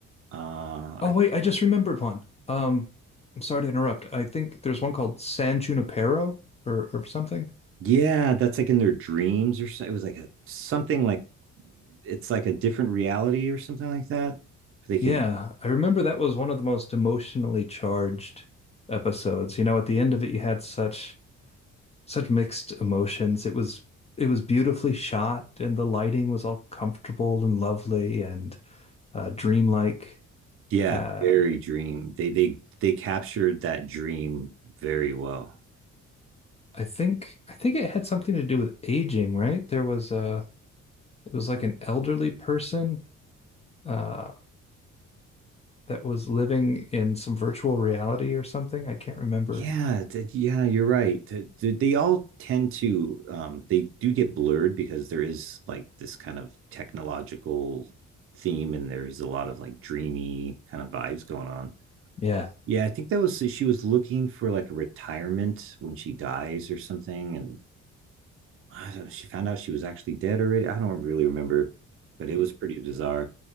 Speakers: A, on the right; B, on the left.
A: Uh,
B: Oh
A: I,
B: wait, I just remembered one. Um, I'm sorry to interrupt. I think there's one called San Junipero or or something.
A: yeah, that's like in their dreams or so. It was like a, something like it's like a different reality or something like that. They can,
B: Yeah, I remember that was one of the most emotionally charged episodes. You know, at the end of it, you had such such mixed emotions. It was it was beautifully shot, and the lighting was all comfortable and lovely and uh, dreamlike.
A: yeah,
B: Uh,
A: very dream. They they they captured that dream very well.
B: I think I think it had something to do with aging, right? There was a it was like an elderly person uh that was living in some virtual reality or something. I can't remember.
A: Yeah, t- yeah, you're right. T- t- They all tend to um they do get blurred because there is like this kind of technological theme and there's a lot of like dreamy kind of vibes going on.
B: Yeah.
A: Yeah, I think that was so she was looking for like a retirement when she dies or something and I don't know, she found out she was actually dead already. I don't really remember, but it was pretty bizarre.